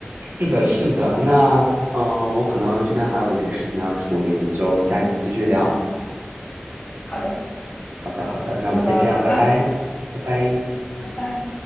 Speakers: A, on the right; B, on the left.
A: 是的，是的。那嗯、呃我可能这边还有一点事情要处理，我们就下一次继续聊。
B: 好的，
A: 好的，好的，那我们先这样，
B: 那么拜拜，
A: 拜拜，拜拜。
B: 拜拜。